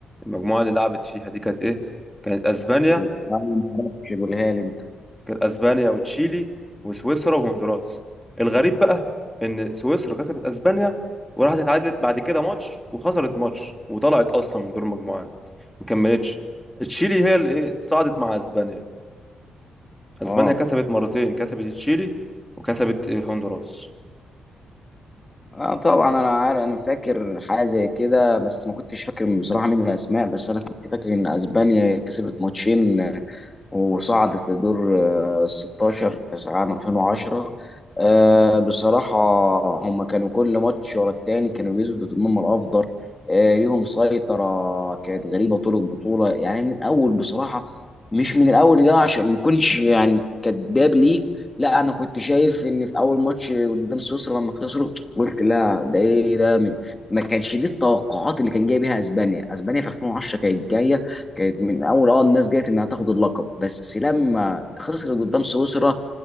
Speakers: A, in the centre; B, on the left.
A: المجموعه اللي لعبت فيها دي كانت ايه كانت اسبانيا
B: لا، ما اعرفش قولها لي انت
A: كانت اسبانيا وتشيلي وسويسرا وهندوراس الغريب بقى ان سويسرا كسبت اسبانيا وراحت اتعادلت بعد كده ماتش وخسرت ماتش وطلعت اصلا من دور المجموعات مكملتش تشيلي هي اللي ايه تصعدت مع اسبانيا اسبانيا
B: اه
A: كسبت مرتين كسبت تشيلي وكسبت إيه، هندوراس
B: اه طبعا انا عارف انا فاكر حاجه زي كده بس ما كنتش فاكر بصراحه مين الاسماء بس انا كنت فاكر ان اسبانيا كسبت ماتشين وصعدت لدور آه، 16 كأس عام 2010 آه، بصراحة هم كانوا كل ماتش ورا التاني كانوا بيثبتوا إن هم الأفضل آه، ليهم سيطرة كانت غريبة طول البطولة يعني من الأول بصراحة مش من الأول جاي عشان ما كنتش يعني كداب ليك لا أنا كنت شايف إن في أول ماتش قدام سويسرا لما خسروا قلت لا ده إيه ده م- ما كانش دي التوقعات اللي كان جاي بيها أسبانيا أسبانيا في 2010 كانت جاية كانت من اول اه الناس جت انها تاخد اللقب بس لما خسرت قدام سويسرا